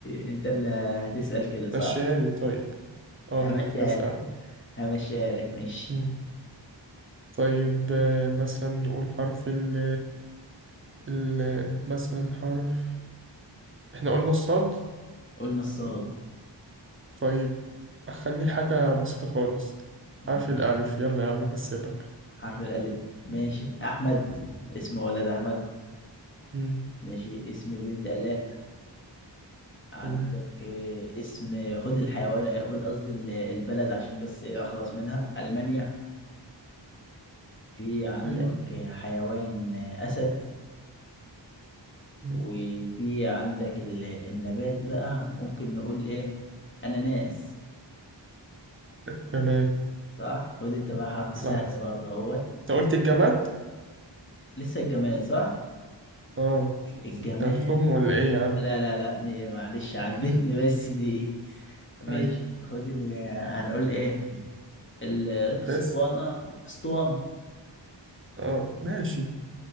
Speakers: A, on the left (about 25°); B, on the right (about 30°).
A: انت اللي هتسأل كده صح
B: مشيها لي طيب اه
A: همشيها
B: انا المفروض اسالك
A: لك همشيها لك ماشي
B: مم. طيب آه، مثلا نقول حرف ال ال مثلا حرف احنا قلنا الصاد
A: قلنا الصاد
B: طيب اخلي حاجة بسيطة خالص
A: ماشي
B: حرف الالف يلا يا عم اكسبك
A: حرف الألف ماشي أحمد اسم ولد أحمد
B: مم.
A: ماشي اسم بنت آلاء عندك
B: تمام
A: آه، اسم خد الحيوان آه، خد قصدي ال- البلد عشان بس إيه أخلص منها ألمانيا في عندك
B: ايوه
A: آه، حيوان آه، أسد
B: مم.
A: وفي عندك ال- النبات بقى ممكن نقول إيه أناناس
B: تمام
A: صح خد أنت بقى حرف
B: صح
A: سهل برضه اهوت
B: انت قلت الجماد
A: لسه الجماد صح
B: اه
A: الجماد
B: ده هنخم ولا ايه يا عم
A: لا لا لا دي معلش عدتني
B: <laughs>
A: بس دي ماشي
B: ايوه
A: خد ال هنقول ايه الاسطوانة
B: كنت لسه
A: اسطوانة
B: اه ماشي